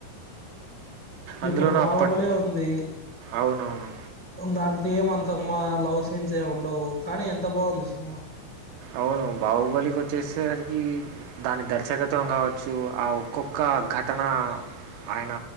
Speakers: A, on the right (about 85°); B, in the centre.
A: అందులోనూ
B: ఇప్పుడు బాహుబలే
A: అప్పట్
B: ఉంది
A: అవునవును
B: దాంట్లో ఏమంతం మా లవ్ సీన్స్ ఏ ఉండవు కానీ ఎంత బాగుంది సినిమా
A: అవును బాహుబలికి వచ్చేసరికి దాని దర్శకత్వం కావచ్చు ఆ ఒక్కొక్క ఘటన ఆయన